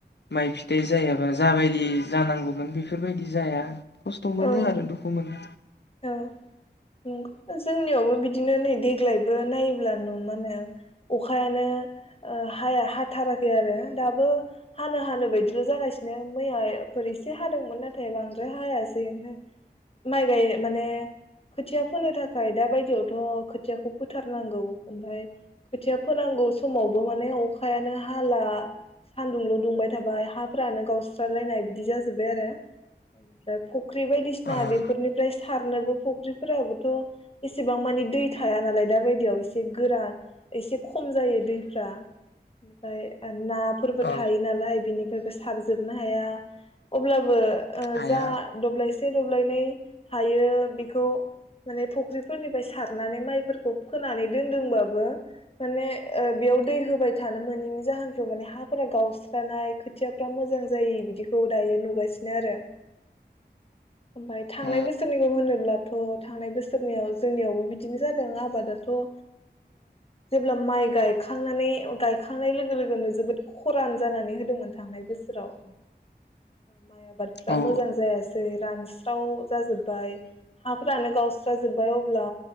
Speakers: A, on the left; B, on the left.
A: माइ फिथाइ जायाबा जाबायदि जानांगौमोन बेफोरबायदि जाया। खस्थ'
B: औ
A: मोनो आरो दुखु मोनो।
B: औ <inaudible> जोंनियावबो बिदिनो नै देग्लायबो नायो अब्ला नु मानो अखायानो हाया हाथाराखै आरो दाबो हानो हानो बायदिल' जागासिनो मैयाफोर एसे हादोंमोन नाथाय बांद्राय हाया ओमफ्राय माइ गाय माने खोथिया फोनो थाखाय दा बायदियावथ' खोथियाखौ फोथारनांगौ ओमफाय खोथिया फोनांगौ समावबो माने अखायानो हाला सानदुंल' दुंबाय थाबाय हाफोरानो गावस्रालायनाय बिदि जाजोबबाय आरो। बेनिफ्राय फुख्रि बायदिसिना
A: ओ
B: बेफोरनिफ्राय सारनोबो फुख्रिफोराबोथ' एसेबां मानि दै थाया नालाय दा बायदियाव एसे गोरा एसे खम जायो दैफ्रा निफ्राय ना फोरबो
A: औ
B: थायो नालाय। बिनिफ्रायबो सारजोबनो हाया अब्लाबो ओ
A: हाया
B: जा दबलायसे दबलायनै हायो बेखौ माने फुख्रिफोरनिफ्राय सारनानै माइफोरखौ फोनानै दोनदोंबाबो माने बेयाव दै होबाय थानो मोनैनि जाहोनखौ माने हाफोरा गावस्रानाय खोथियाफ्रा मोजां जायि बिदिखौ दायो नुगासिनो आरो। ओमफ्राय थांनाय
A: औ
B: बोसोरनिखौ होनोब्लाथ' थांनाय बोसोरनियाव जोंनियावबो बिदिनो जादों आबादाथ' ओ जेब्ला माइ गायखांनानै गायखांनाय लोगो लोगोनो जोबोद खरान जानानै होदोंमोन थांनाय बोसोराव। माइ आबादफ्रा
A: औ
B: मोजां जायासै रानस्राव जाजोब्बाय हाफ्रानो गावस्राजोबबाय अब्ला